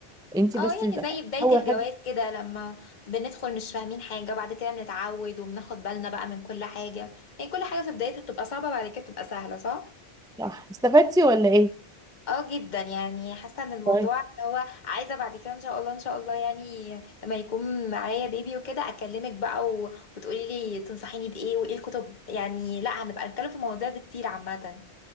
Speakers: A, in the centre; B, on the left.
A: انت
B: اه
A: بس
B: يعني
A: إذا-
B: زي بداية
A: اول
B: الجواز
A: حاجة
B: كده لما بندخل مش فاهمين حاجة بعد كده بنتعود وبناخد بالنا بقى من كل حاجة يعني كل حاجة في بدايتها بتبقى صعبة بعد كده بتبقى سهلة صح؟
A: صح استفدتي ولا ايه
B: اه جدا يعني حاسة ان الموضوع
A: طيب
B: اللي هو عايزة بعد كده ان شاء الله ان شاء الله يعني لما يكون معايا بيبي وكده اكلمك بقى و... وتقولي لي تنصحيني بإيه وايه الكتب يعني لا هنبقى نتكلم في المواضيع دي كتير عامة